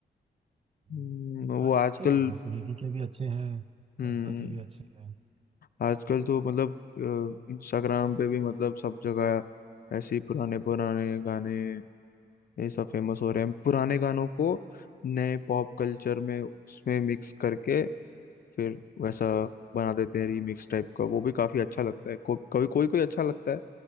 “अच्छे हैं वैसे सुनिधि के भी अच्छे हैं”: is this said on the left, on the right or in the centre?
Right